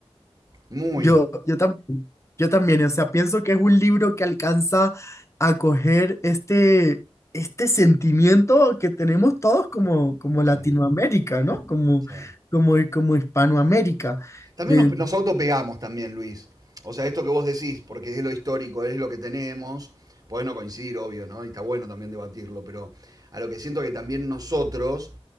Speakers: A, on the right; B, on the left.
A: Muy.
B: Yo, yo también, yo también, o sea, pienso que es un libro que alcanza a coger este, este sentimiento que tenemos todos como, como
A: Sí,
B: Latinoamérica, ¿no? Como,
A: sí.
B: como, como Hispanoamérica.
A: También
B: De,
A: nos, nos autopegamos también, Luis. O sea, esto que vos decís, porque es lo histórico, es lo que tenemos, podés no coincidir, obvio, ¿no? Y está bueno también debatirlo, pero a lo que siento que también nosotros